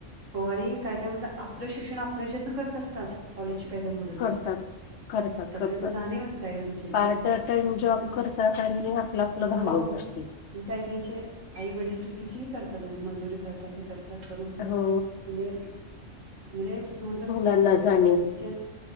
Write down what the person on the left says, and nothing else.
करतात.
करतात करतात
पार्ट टाइम जॉब
करतात आणि आपला लधान
ब होतष्टते <inaudible>
हो
जा